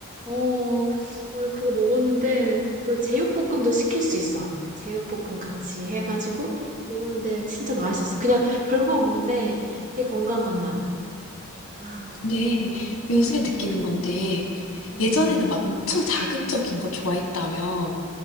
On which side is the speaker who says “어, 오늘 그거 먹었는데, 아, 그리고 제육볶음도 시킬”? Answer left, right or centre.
Right